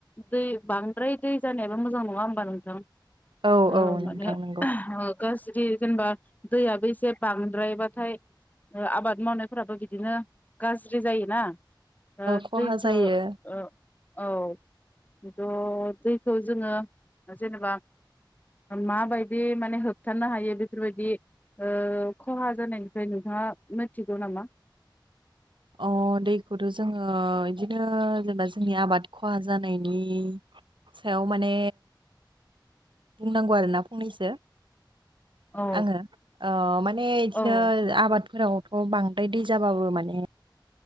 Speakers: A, on the left; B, on the right.
A: दै बांद्राय दै जानायाबो मोजां नङा होमबा नोंथां।
B: औ
A: ओह
B: औ नोंथां
A: माने
B: नंगौ
A: ओ गाज्रि जेनेबा दैयाबो एसे बांद्रायबा नाथाय आबाद मावनायफोराबो बिदिनो गाज्रि जायोना। ओ
B: खहा
A: दैखौ
B: जायो
A: ओ औ बेथ दैखौ जोङो जेनेबा माबायदि माने होबथानो हायो बेफोरबायदि ओह खहा जानाय फ्राय नोंथाङा मिथिगौ नामा?
B: अ दैखौथ जोङो बिदिनो जेनेबा जोंनि आबाद खहा जानायनि सायाव माने बुंनांगौ आरोना फंनैसो।
A: औ
B: आङो ओह माने बिदिनो
A: औ
B: आबादफोराव थ बांद्राय दै जाबाबो माने